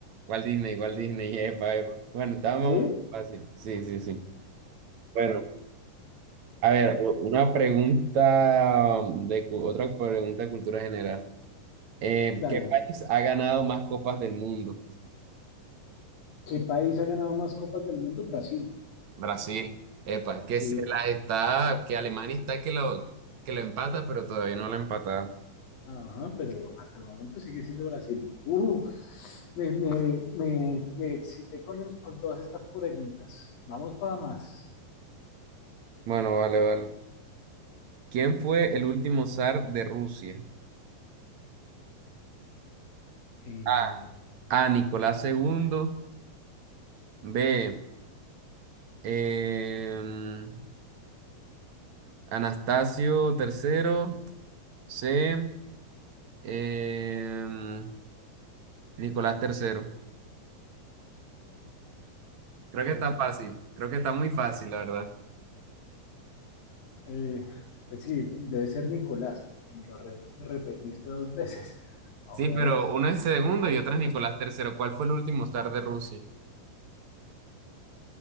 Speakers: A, on the right; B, on the left.
A: Walt Disney, Walt Disney. <laughs> Epa, epa. Bueno, estaba
B: ¿sí?
A: muy fácil. Sí, sí, sí. Bueno, a ver, u- una pregunta de cu- otra pregunta de cultura general. Eh,
B: Dale.
A: ¿qué país ha ganado más copas del mundo?
B: ¿Qué país ha ganado más copas del mundo? Brasil,
A: Brasil, epa, que
B: sí.
A: se la está, que Alemania está que lo, que lo empata, pero todavía no lo ha empatado.
B: Ajá, pero hasta el momento sigue siendo Brasil. Uh, me, me, me, me excité con, el- con todas estas preguntas. Vamos para más.
A: Bueno, vale, vale. ¿Quién fue el último zar de Rusia?
B: Eh,
A: A. A. Nicolás segundo, B. em, Anastasio tercero, C. em, Nicolás tercero. Creo que
B: uf,
A: está fácil. Creo que está muy fácil, la verdad.
B: eh, pues sí, debe ser Nicolás, porque me lo re- repetiste dos veces. Ahora
A: Sí, pero
B: es...
A: uno es segundo y otro es Nicolás tercero. ¿Cuál fue el último zar de Rusia?